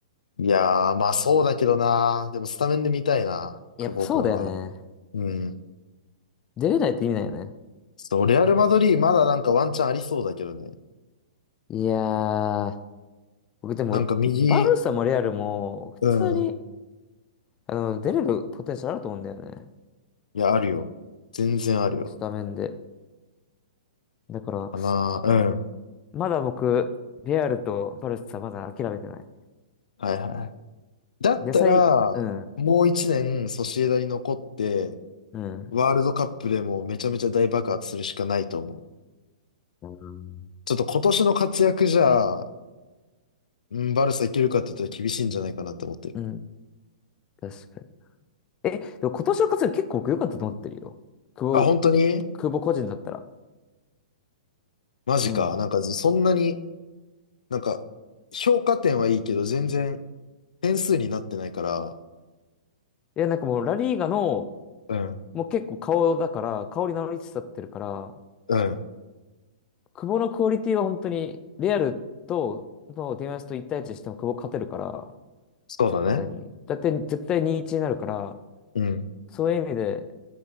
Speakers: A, on the left; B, on the left.
A: いやー、まあそうだけどな。でもスタメンで見たいな、久保くんは。
B: やっぱそうだよね。
A: うん。
B: 出れないって意味ないよね。
A: そう、レアル・マドリーまだなんかワンチャンありそうだけどね。
B: いやー、僕でも、
A: なんか右、
B: バルサもレアルも、普通に、
A: うん。
B: あの、出れるポテンシャルあると思うんだよね。
A: いや、あるよ。全然あるよ。
B: スタメンで。だから、
A: かな。うん。
B: まだ僕、リアルとバルスはまだ諦めてない。
A: はいはい。だったら、
B: 野菜、うん、
A: もう一年ソシエダに残って、
B: うん、
A: ワールドカップでもめちゃめちゃ大爆発するしかないと思う。
B: うん。
A: ちょっと今年の活躍じゃ、うん、バルサいけるかって言ったら厳しいんじゃないかなって思ってる。
B: うん、確かに。え、でも今年の活躍結構僕良かったと思ってるよ。久保、
A: あ、本当に
B: 久保個人だったら。
A: マジか。
B: うん。
A: なんか、そんなに、なんか、評価点はいいけど、全然点数になってないから。
B: いや、なんかもうラリーガの、
A: うん。
B: もう結構顔だから、顔に名乗りつつあってるから、
A: うん。
B: 久保のクオリティは本当に、リアルと、のディマスと一対一しても久保勝てるから、
A: そうだね。
B: 絶対に。だって絶対2-1になるから、
A: うん。
B: そういう意味で、